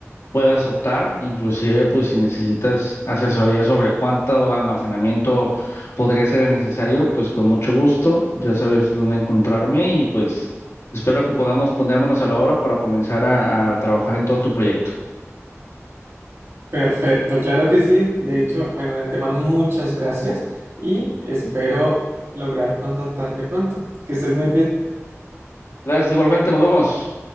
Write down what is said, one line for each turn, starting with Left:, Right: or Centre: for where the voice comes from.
Left: puedas optar, inclusive, pues, si necesitas asesoría sobre cuánto almacenamiento podría ser el necesario, pues, con mucho gusto, ya sabes dónde encontrarme y, pues, espero que podamos ponérmonos a la obra para comenzar a, a trabajar en todo tu proyecto.
Right: Perfecto, claro que sí. De hecho, bueno, de antemano muchas gracias y espero lograr contactarte pronto. Que estés muy bien.
Left: Gracias, igualmente, nos vemos.